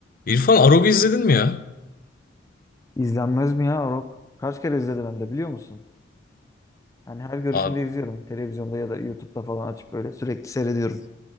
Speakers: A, on the left; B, on the left.
A: İrfan Arog'u izledin mi ya?
B: İzlenmez mi ya Arok? Kaç kere izledim hem de biliyor musun? Yani her görüşümde
A: Abi,
B: izliyorum. Televizyonda ya da YouTube'da falan açıp böyle sürekli seyrediyorum.